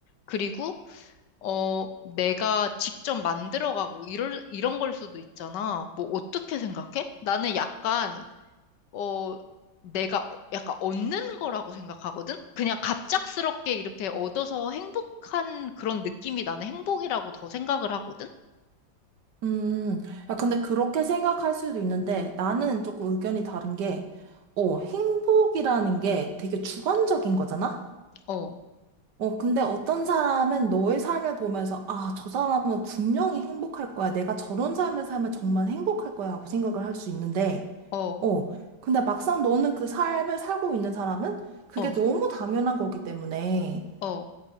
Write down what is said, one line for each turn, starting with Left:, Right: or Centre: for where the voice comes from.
Left: 그리고, 어, 내가 직접 만들어가고, 이럴, 이런 걸 수도 있잖아. 뭐, 어떻게 생각해? 나는 약간 어, 내가 어- 약간 얻는 거라고 생각하거든? 그냥 갑작스럽게 이렇게 얻어서 행복한 그런 느낌이 나는 행복이라고 더 생각을 하거든?
Right: 음. 야, 근데 그렇게 생각할 수도 있는데 나는 조금 의견이 다른 게, 어, 행복이라는 게 되게 주관적인 거잖아?
Left: 어,
Right: 어, 근데 어떤 사람은 너의 삶을 보면서, 아, 저 사람은 분명히 행복할 거야. 내가 저런 삶을 살면 정말 행복할 거야. 하고 생각을 할 수 있는데,
Left: 어,
Right: 어, 근데 막상 너는 그 삶을 살고 있는 사람은 그게
Left: 어,
Right: 너무 당연한 거기 때문에,
Left: 어,